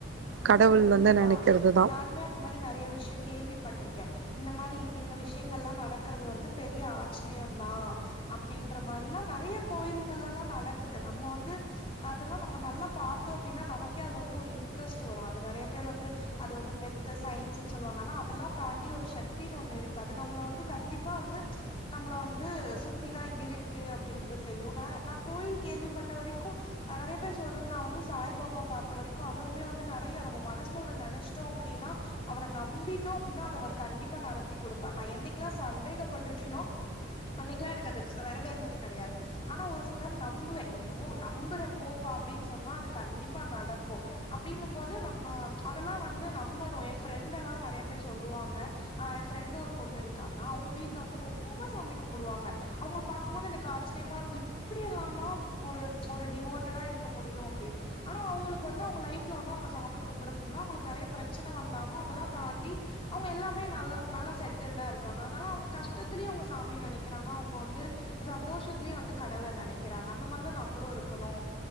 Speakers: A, on the left; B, on the right.
A: ம்
B: கடவுள்
A: உண்மதா
B: வந்து நெனைக்கிறது தா
A: நானுமே அந்த மாரி நறைய வி ஷ்யோ கேள்விப்பட்ருக்கே இந்த மாரி இந்த விஷ்யங்கள்லா நடக்கறது வந்து பெரிய ஆச் சினியுந்தா அப்டின் ன்ற மாரில்லா நறைய கோயிலுங்களெல்லா நடக்குது நம்ம வந்து அதெல்லா நம்ம நல்லா பாத்தோ அப்டினா நமக்கே அதுல வந்து ஒரு இன் ட்ரெஸ்ட் வரு அது நறைய பேரு வந்து அத வந்து மெத்த சயின்ஸ்ன் சொல்லுவாங்க ஆனா அதெல்லா தாண்டி ஒரு ஷக்தின் ஒன்னு இருக்கு அது நம்மள வந்து கண்டிப்பா வந்து நம்மள வந்து சுத்திதா இருக்கு அப்டின்றது தெரியு வ நா கோயில் கேள்விப்பட்ட வரைக்கு அ நறைய பேர் சொல்றது நா வந்து சாய்பாபா பாத்த வரைக்கு அவ துமே வந்து நறைய நம்ம மனசுல ஒன்னு நெனைச்ட்டோ அப்டின்னா அவர நம்பிட்டோ அப்டினா அத அவர் கண்டிப்பா நட த்தி குடுப்பா நா என்னிக்லா சந்தேகப்பட்ருக்கேனோ அன்னிக்லா எனக்கு அதுக்ஸ் வரவேற்னது கெடையாது ஆனா ஒரு சில நேர நம்புவே என்னமோ ஒ நம்புறே போப்பா அப்டின் சொன்னா அது கண்டிப்பா நடக்கு அப்டின்னும் போது நம்ம அதல்லா வந்து நம்பணு எ ஃப்ரெண்டெல்லா நறையா பேரு சொல்லுவாங்க அ ஃபிரெண்டு ஒரு பொண்ணு இருக்காங்க அவுங்க வீட்ல வந்து ரொம்ப சாமி கும்புடுவாங்க அவுங்ள பாக்கும்போது எனக்கு ஆச்சினிமாரு க்கு இப்பிடி எல்லாமா ஒரு ஒரு டிவோட்டடா இருக்க முடியு அப்டினு ஆனா அவுங்களுக்கு வந்து அவுங்க லைஃப் ட்ல வந்து அவுங்க சாமி கும்பட கும்பட அவுங்களுக்கு நறைய பிரச்சன வந்தாலு அதல்லா தாண்டி அவுங்க எல்லாமே நல்லா நல் லா செட்டில்டா இருக்காங்க அதனால அவுங்க கஷ்டத்துலியு அவுங்க சாமிய நெனக்கிறாங்க அவுங்க வந்து சந்தோஷத்துலியு வந்து கடவுள நெனக்கிறாங்க அந்த மாரி தா நம்முளு இருக்கணு